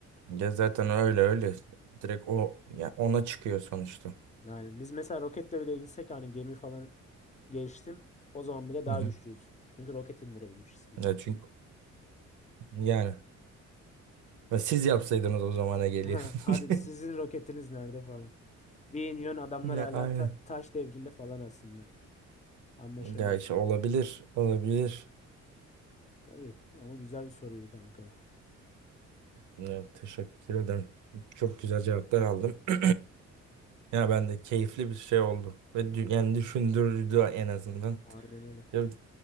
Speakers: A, on the right; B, on the left.
A: Ya zaten öyle öyle. Direkt o ya ona çıkıyor sonuçta.
B: Yani biz mesela roketle bile insek hani gemi falan geliştim o zaman bile daha
A: Hı hı.
B: güçlüyüz. Çünkü roket indirebilmişiz gibi.
A: Ya çünkü yani ve siz yapsaydınız o zamana geliyor.
B: Ha, Hadi sizin
A: <laughs>
B: roketiniz nerede falan. Bir iniyorsun adamlar
A: Ya
B: hala
A: aynen.
B: ta- taş devrinde falan aslında. Anlaşamıyorum.
A: Ya işte olabilir, olabilir.
B: Tabii ama güzel bir soruydu kanka.
A: Ya, teşekkür ederim. Çok güzel cevaplar aldım. <clears throat> Ya ben de keyifli bir şey oldu ve dü- yani düşündürdü en azından.
B: Aynen öyle.
A: Ya